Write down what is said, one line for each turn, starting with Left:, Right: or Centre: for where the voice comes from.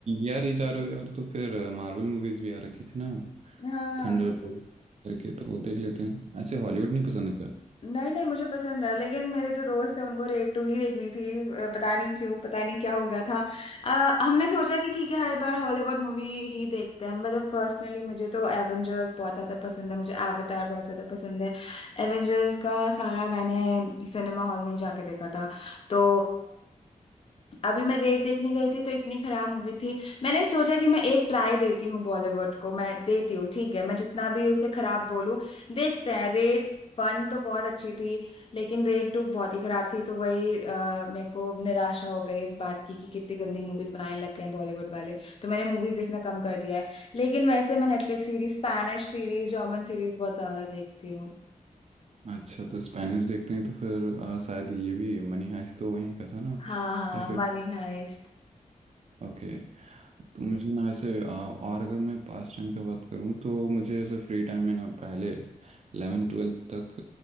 Right: यार ये जा रहे हो यार तो फिर मार्वल मूवीज भी आ रखी थी ना
Left: हाँ
Right: थंडरबोल्ट करके तो वो देख लेते हैं ऐसे हॉलीवुड नहीं पसंद है क्या
Left: नहीं नहीं मुझे पसंद है लेकिन मेरे जो दोस्त है उनको रेड टू ही देखनी थी अ, पता नहीं क्यों पता नहीं क्या हो गया था अ, हमने सोचा कि ठीक है हर बार हॉलीवुड मूवी ही देखते हैं मतलब पर्सनली मुझे तो एवेंजर्स बहुत ज़्यादा पसंद है मुझे एवेटार बहुत ज़्यादा पसंद है एवेंजर्स का सारा मैंने सिनेमा हॉल में ही जाके देखा था तो अभी मैं रेड देखने गई थी तो इतनी खराब मूवी थी मैंने सोचा कि मैं एक ट्राई देती हूँ बॉलीवुड को मैं देती हूँ ठीक है मैं जितना भी उसे खराब बोलूं देखते हैं रेड वन तो बहुत अच्छी थी लेकिन रेड टू बहुत ही खराब थी तो वही अ, मेरे को निराशा हो गई इस बात की कि कितनी गंदी मूवीज बनाने लग गए हैं बॉलीवुड वाले तो मैंने मूवीज देखना कम कर दिया है लेकिन वैसे मैं Netflix series Spanish series German series बहुत ज्यादा देखती हूँ
Right: अच्छा तो स्पेनिश देखते हैं तो फिर आ, शायद ये भी मनी हाइस्ट तो वहीं का था ना
Left: हाँ हाँ
Right: या फिर
Left: मनी हाइस्ट
Right: ओके तो मुझे ना ऐसे आ, और अगर मैं पास टाइम का बात करूँ तो मुझे ऐसे फ्री टाइम में ना पहले 11 ट्वेल्थ तक